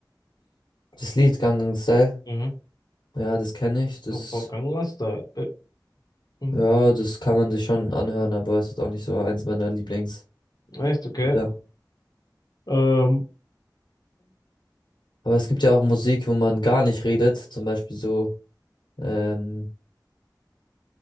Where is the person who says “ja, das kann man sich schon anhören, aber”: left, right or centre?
Left